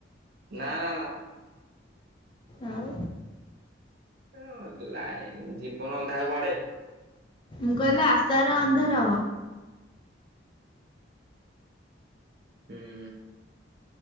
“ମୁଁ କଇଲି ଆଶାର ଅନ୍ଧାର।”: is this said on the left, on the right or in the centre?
Left